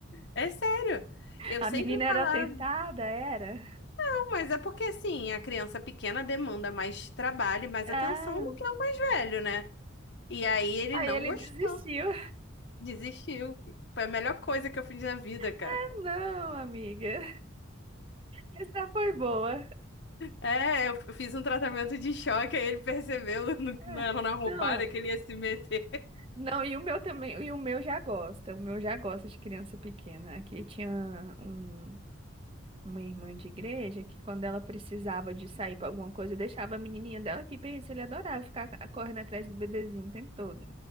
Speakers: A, on the left; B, on the right.
A: É sério. Eu
B: A
A: sempre
B: menina
A: falava,
B: era tentada, era?
A: não, mas é porque assim, a criança pequena demanda mais trabalho, e mais
B: Ah,
A: atenção do que o mais velho, né? E aí ele
B: aí
A: não
B: ele
A: gostou,
B: desistiu.
A: desistiu. Foi a melhor coisa que eu fiz na vida, cara.
B: <laughs> Não, amiga. Essa foi boa.
A: É, eu f- fiz um tratamento de choque, aí ele percebeu <laughs> no-
B: Ah,
A: na, na roubada
B: Não.
A: que ele ia se meter.
B: Não, e o meu também, e o meu já gosta, o meu já gosta de criança pequena. Aqui tinha um- uma irmã de igreja que quando ela precisava de sair para alguma coisa, deixava a menininha dela aqui, pensa, ele adorava ficar ca- correndo atrás do bebezinho o tempo todo.